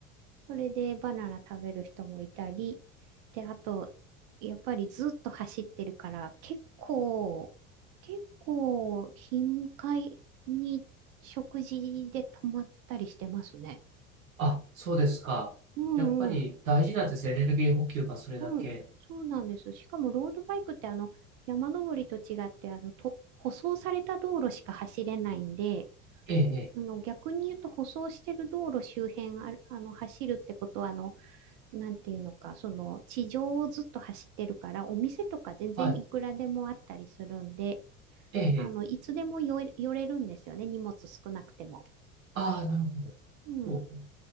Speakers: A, on the right; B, on the right.
A: それでバナナ食べる人もいたり、で、あと、やっぱりずっと走ってるから、結構、結構、頻回に食事で止まったりしてますね。
B: あ、そうですか。
A: うんうん、
B: やっぱり大事なんですよ、エネルギー補給がそれだけ。
A: うん、そうなんです。しかも、ロードバイクって、あの、山登りと違って、あの、と、舗装された道路しか走れないんで、
B: ええ、
A: あの逆に言うと、
B: ええ
A: 舗装してる道路周辺ある、あの、走るってことは、あの、なんていうのか、その地上をずっと走ってるから、お店とか全然いくらでもあったりするんで、
B: はい。ええ。
A: あの、いつでも寄れ、寄れるんですよね、荷物少なくても。
B: ああ、なるほど。
A: うん。
B: そうそう